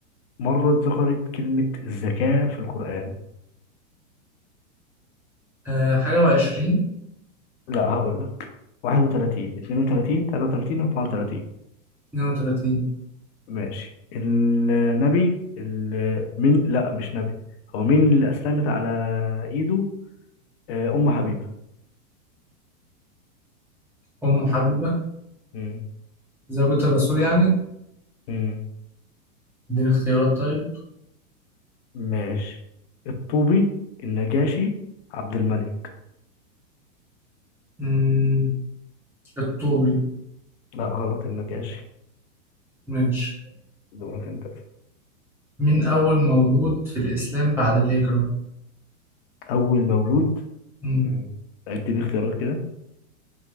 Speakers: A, on the left (about 45°); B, in the centre.
A: مرة اتذكرت كلمة الزكاة في القرآن
B: آه حاجة و20
A: لا هقول لك 31 32 33 34
B: 32
A: ماشي النبي ال- من لا مش نبي هو مين اللي أسلمت على إيده آه، أم حبيبة
B: أم حبيبة
A: مم.
B: زوجة الرسول يعني
A: مم.
B: اديني اختيارات طيب
A: ماشي الطوبي النجاشي عبد الملك
B: مم. الطوبي
A: لا غلط النجاشي
B: ماشي
A: دورك انت
B: مين أول مولود في الإسلام بعد الهجرة
A: اول مولود
B: مم.
A: مم. اديني اختيارات كده